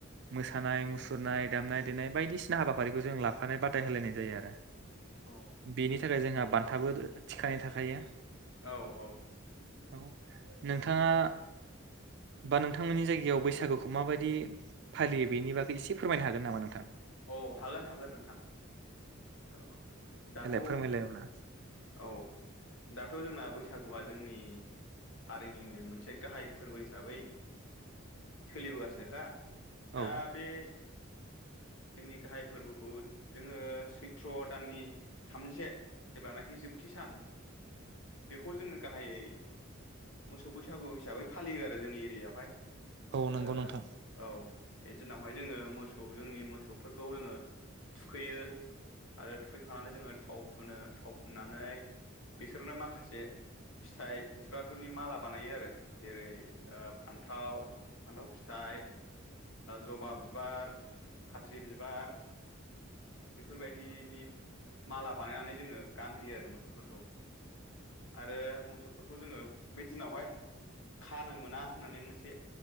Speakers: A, on the right; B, on the left.
A: मोसानाय मुसुरनाय दामनाय देनाय बायदिसिना हाबाफारिखौ जों लाफानाय बादाय होलायनाय जायो आरो
B: औ
A: बेनि थाखाय जोंहा बान थाबो थिखानाय थाखायो
B: औ औ
A: औ नोंथाङा बा नोंथांमोननि जायगायाव बैसागुखौ माबायदि फालियो बेनि बागै एसे फोरमायनो हागोन नामा नोंथां?
B: औ हागोन हागोन नोंथां औ दाथ
A: देलाय फोरमायलायोब्ला
B: औ दाथ जोंना बै सागुआ जोंनि हारिनिनो मोनसे गाहाय फोरबो हिसाबै सोलिबोगासिनोखा दा
A: औ
B: बे जोंनि गाहाय फोरबोखौ जोङो सैथ्र दाननि थामजिसे जेब्लानाखि जोबथि सान बेखौ जोङो गाहायै मोसौ बैसागु हिसाबै फालियो आरो जोंनि एरियायावहाय
A: औ
B: ओ
A: नंगौ नोंथां
B: औ बे दिनावहाय जोङो मोसौ जोंनि मोसौफोरखौ जोङो थुखैयो आरो थुखैखांनानै जोङो थाव फुनो थाव फुननानै बिसोर बिसोरनो माखासे फिथाइ बिबारफोरनि माला बानायो आरो जेरै फान्थाव फान्थाव फिथाइ जबा बिबार खाथ्रि बिबार बेफोरबायदिनि माला बानायनानै जोङो गानहोयो आरो मोसौफोरखौ आरो मोसौफोरखौ जोङो बे दिनावहाय खानो मोना होननानै मोनसे